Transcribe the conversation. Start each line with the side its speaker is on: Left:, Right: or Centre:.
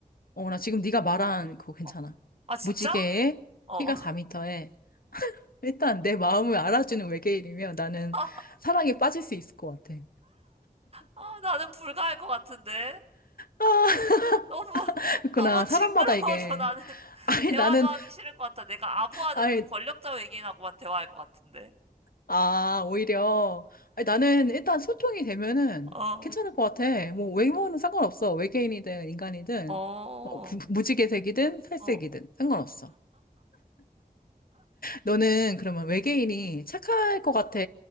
Left: 어, 나 지금 네가 말한 그거 괜찮아.
Right: 어. 아, 진짜?
Left: 무지개에
Right: 어.
Left: 키가 4미터에 일단 내 마음을 알아주는 외계인이면 나는
Right: <laughs>
Left: 사랑에 빠질 수 있을 것 같아.
Right: 아, 나는 불가할 것 같은데.
Left: 아,
Right: 너무, <laughs>
Left: 그렇구나.
Right: 너무 징그러워서
Left: 사람마다 이게.
Right: 나는 <laughs>
Left: 아니,
Right: 대화도
Left: 나는,
Right: 하기 싫을 것 같아. 내가 아부하는
Left: 아니,
Right: 그 권력자 외계인하고만 대화할 것 같은데.
Left: 아, 오히려. 아니, 나는 일단 소통이 되면은
Right: 어,
Left: 괜찮을 것 같아. 뭐, 외모는 상관없어. 외계인이든 인간이든.
Right: 어,
Left: 어, 부- 무지개색이든 살색이든
Right: 어.
Left: 상관없어. 너는 그러면 외계인이 착할 것 같아?